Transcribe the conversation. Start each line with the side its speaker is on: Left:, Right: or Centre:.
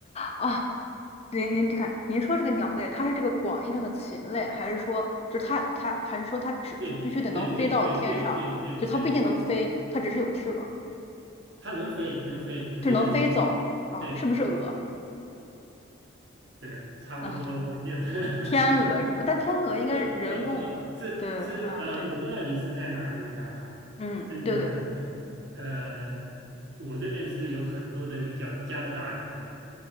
Left: 啊。您您看，您说这个鸟类，它是这个广义上的禽类，还是说就是它它还是说它只就必须得能飞到天上，
Right: 对对对对对对对对，
Left: 就它不一定能飞，
Right: 就是
Left: 它只是有翅膀，
Right: 它能飞能飞，肯定能飞，
Left: 就是能飞走啊？
Right: 对
Left: 是不是鹅
Right: 对啊，
Left: <laughs>
Right: 差不多吧，
Left: 啊？
Right: 就是。<laughs>
Left: 天鹅什么？但天鹅应该人工，
Right: 不不不是是呃，
Left: 对啊，对的，
Right: 我不知道你是在哪个国家哈，
Left: 嗯，
Right: 这个呃，
Left: 对对对。
Right: 我这边是有很多这个叫加拿大鹅嘛，